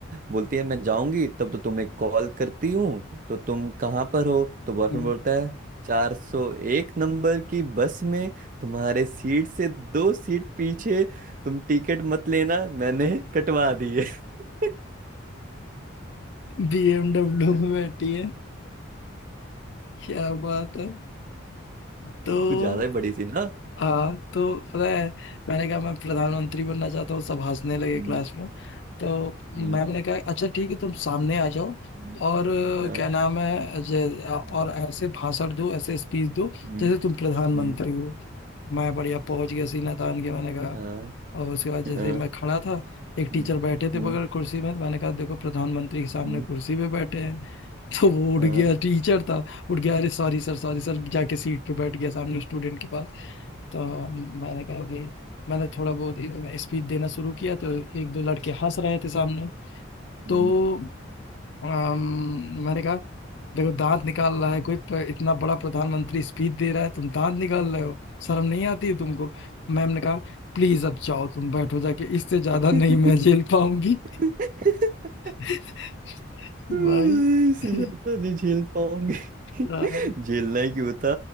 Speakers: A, on the right; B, on the left.
A: बोलती है मैं जाऊंगी तब तो तुम्हें कॉल करती हूँ तो तुम कहाँ पर हो तो बॉयफ्रेंड
B: हम्म।
A: बोलता है 401 नंबर की बस में तुम्हारे सीट से दो सीट पीछे तुम टिकट मत लेना मैंने कटवा दी है <laughs>
B: BMW में बैठी है क्या बात है तो
A: कुछ ज्यादा ही बड़ी सी ना
B: हाँ तो पता है मैंने कहा मैं प्रधानमंत्री बनना चाहता हूँ सब हंसने लगे
A: हम्म
B: क्लास में तो मैम
A: हम्म
B: ने कहा अच्छा ठीक है तुम सामने आ जाओ
A: हम्म,
B: और अ,
A: हाँ
B: क्या नाम है जे-
A: हम्म
B: और ऐसे भाषण दो ऐसे स्पीच दो
A: हम्म
B: जैसे तुम प्रधानमंत्री
A: हम्म,
B: हो मैं बढ़िया पहुंच गया सीना तान के मैंने कहा
A: हाँ
B: और उसके बाद जैसे
A: हाँ
B: ही मैं खड़ा था एक
A: हम्म
B: टीचर बैठे थे
A: हम्म
B: बगल कुर्सी में तो मैंने कहा देखो प्रधानमंत्री के सामने
A: हम्म,
B: कुर्सी पे बैठे हैं <laughs> तो वो उठ
A: हाँ
B: गया टीचर था उठ गया अरे सॉरी सर सॉरी सर जाके सीट पे बैठ गया सामने स्टूडेंट के पास तो मैंने कहा कि मैंने थोड़ा बहुत स्पीच देना शुरू किया तो एक दो लड़के हंस रहे थे सामने
A: हम्म
B: तो अम, मैंने कहा देखो दांत निकाल रहा है कोई प- इतना बड़ा प्रधानमंत्री स्पीच दे रहा है तुम दांत निकाल रहे हो शर्म नहीं आती है तुमको मैम ने कहा प्लीज अब जाओ तुम बैठो जाके इससे ज्यादा
A: <laughs>
B: नहीं मैं झेल पाऊंगी
A: <laughs>
B: <laughs>
A: इस
B: भाई <laughs>
A: ज्यादा नहीं झेल पाऊंगी <laughs>
B: अ,
A: झेलना ही क्यों था